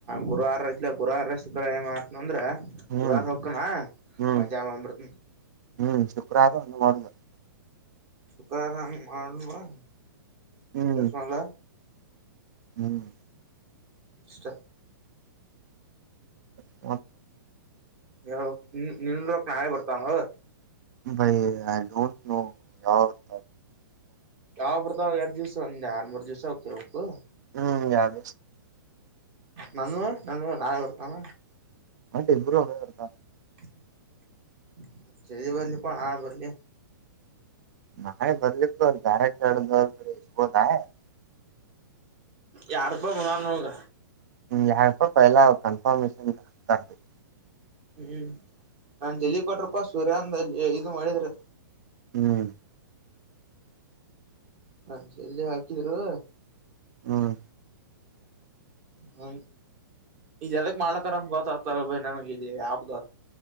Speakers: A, on the right (about 30°); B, on the right (about 50°).
A: ಗುರುವಾರ ಶುಕ್ರವಾರ ಮಾಡ್ತೀನಿ ಅಂದ್ರೆ
B: ಹ್ಮ್
A: ಕುರಾರ ಹಕಣ
B: ಹ್ಮ್
A: ಮಜಾತ
B: ಹ್ಮ್ ಶುಕ್ರವಾರ ಒ ಮಾಡುದು <inaudible>
A: ಶುಕ್ರಾರಂಗ ಮಾಡ
B: ಹ್ಮ್
A: ಕಲ್ಲ
B: ಹ್ಮ್
A: ಎಷ್ಟಷ್ಟ
B: ಹ
A: ಯಾವ ನಿನ್ವಕ್ ನಾಾವಳೆ ಬರ್ತಮ್ಮ <inaudible>
B: ಬೈ ಐ ಡೋಂಟ್ ನೋ ಯಾವ <inaudible>
A: ಹಬರ್ತಾವ ಎಡುಯೂಸ ಒ ಆಲ್ಮೂರು ಜ್ಯೂಸ ಹೋಗ್ತರ ಉಪ್ಪು
B: ಹ್ಮ್ ಯಾರ
A: ನನ್ವ ನನ್ ನಾವೆರ್ತಾಮ
B: ಅಟಬತಾ
A: <unintelligible> ಜ ಬರಲಿ ಪ ಆ ಬದಲಿ
B: ನಳ ಬದಲ ಧಾರೆ ಚರ್ಷತಾಯ
A: ಯಾರ್ಪ ಮನ್ಗ
B: ಹ್ಮ ಯಾಪ್ಪ ಪಲ್ಲ ಕನ್ಫರ್ಮೇಶನ್ ತರ್ಬೇಕ
A: ಹ್ಮ್ ನಾ ಜಲ್ಲಿ ಕೊಟ್ರಪ್ಪಾ ಸೂರ್ಯ ಅಂದ ಇ ಮಾಡಿದ್ರ
B: ಹ್ಮ್
A: ಹಂಜ ಎಲ್ಲಿ ಹಾಕಿದ್ರು
B: ಹ್ಮ್
A: ಹ್ಮ ಈಜದಕ್ ಮಾಡ್ತಾರನ್ ಗತ್ತತಾರ ಭ ನನಗ ಆಬದಾರ